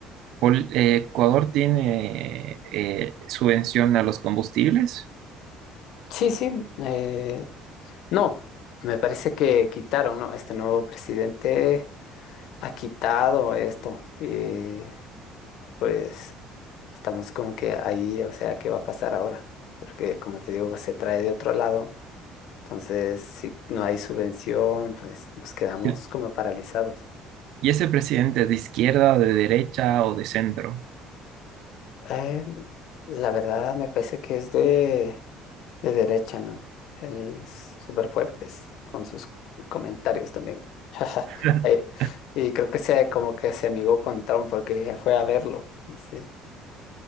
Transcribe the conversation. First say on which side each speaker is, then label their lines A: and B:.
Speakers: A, on the right (about 70°); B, on the left (about 70°).
A: ¿Pol- eh, ¿Ecuador tiene eh, subvención a los combustibles?
B: Sí, sí, eh, no, me parece que quitaron, ¿no? Este nuevo presidente ha quitado esto y pues estamos como que ahí, o sea, ¿qué va a pasar ahora? Porque como te digo, se trae de otro lado. Entonces, si no hay subvención, pues nos quedamos
A: ¿Y
B: como paralizados.
A: y ese presidente es de izquierda, de derecha o de centro?
B: Eh, la verdad me parece que es de, de derecha, ¿no? Él es súper fuerte con sus comentarios también. <laughs>
A: <laughs>
B: Eh, Y creo que se, como que se amigó con Trump porque fue a verlo. Sí,